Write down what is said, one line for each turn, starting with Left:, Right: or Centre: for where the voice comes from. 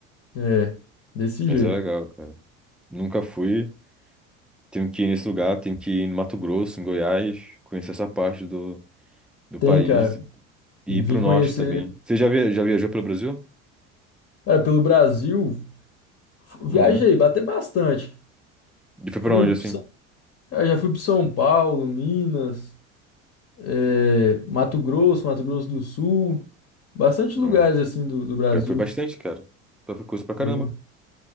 Left: É, desse
Centre: Mas
Left: jeito.
Centre: é legal, cara. Nunca fui. Tenho que ir nesse lugar, tenho que ir no Mato Grosso, em Goiás, conhecer essa parte do, do
Left: Tem,
Centre: país
Left: cara.
Centre: e
Left: Vim
Centre: ir pro
Left: conhecer,
Centre: norte também. Você já, via, já viajou pelo Brasil?
Left: cara, pelo Brasil. fu- Viajei,
Centre: Uhum.
Left: até bastante.
Centre: E foi
Left: Fui,
Centre: pra onde, assim?
Left: pro São- cara, já fui para São Paulo, Minas. é, Mato Grosso, Mato Grosso do Sul, bastante lugares
Centre: Ah,
Left: assim do, do Brasil,
Centre: pior que foi bastante, cara. Então foi coisa pra caramba.
Left: vou-